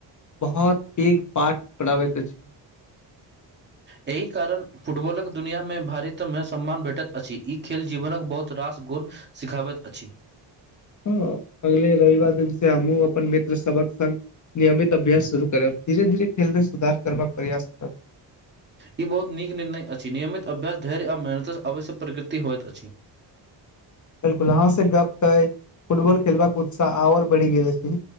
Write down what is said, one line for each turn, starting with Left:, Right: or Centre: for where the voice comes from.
Left: बहोत पैघ पाठ पबति अछि
Right: एहि कारण फुटबॉलक दुनिया मे भारत मे सम्मान भेटति अछि ई खेल जीवनक बहुत रास गुण सिखाबति अछि
Left: हं अगले रविवार दिन से हमहुँ अपन मित्र सबक संग नियमित अभ्यस शुरू करब धीर धीरे खेल मे सुधार करबाक प्रयास करब
Right: ई बहुत नीक निर्णय अछि नियमित अभ्यास धैर्य आ मेहनतसँ आवश्य प्रकृति होइत अछि
Left: बिलकुल आहां से गप कय फुटबॉल खेलबाक उत्साह आओर बढ़ि गेल छै